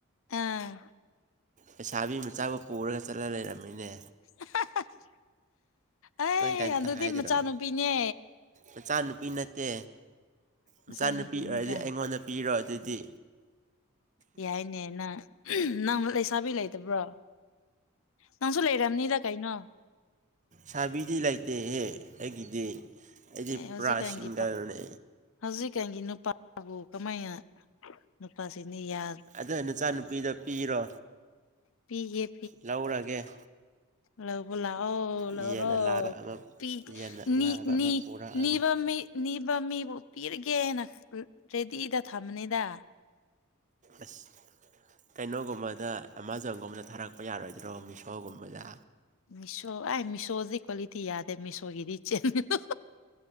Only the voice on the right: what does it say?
ꯂꯩꯁꯥꯕꯤ ꯃꯆꯥ ꯑꯃ ꯄꯨꯔꯒ ꯆꯠꯂ ꯂꯩꯔꯝꯃꯤꯅꯦ
ꯅꯪ ꯀꯩꯝꯇ
ꯍꯥꯏꯗ꯭ꯔꯣ
ꯃꯆꯥꯅꯨꯄꯤ ꯅꯠꯇꯦ
ꯃꯆꯥꯅꯨꯄꯤ ꯑꯣꯏꯔꯗꯤ ꯑꯩꯉꯣꯟꯗ ꯄꯤꯔꯣ ꯑꯗꯨꯗꯤ
ꯁꯥꯕꯤꯗꯤ ꯂꯩꯇꯦꯍꯦ ꯑꯩꯒꯤꯗꯤ ꯑꯩꯗꯤ
ꯄꯨꯔꯥ ꯁꯤꯡꯒꯜꯅꯦ
ꯑꯗꯨ ꯅꯆꯥꯅꯨꯄꯤꯗ ꯄꯤꯔꯣ
ꯂꯧꯔꯒꯦ
ꯌꯦꯟꯅ ꯂꯥꯕ ꯑꯃ
ꯌꯦꯟꯅ ꯂꯥꯕ
ꯑꯃ
ꯄꯨꯔꯛꯑꯒꯦ
ꯑꯁ ꯀꯩꯅꯣꯒꯨꯝꯕꯗ ꯑꯦꯃꯥꯖꯣꯟꯒꯨꯝꯕꯗ ꯊꯥꯔꯛꯄ ꯌꯥꯔꯣꯏꯗ꯭ꯔꯣ ꯃꯤꯁꯣꯒꯨꯝꯕꯗ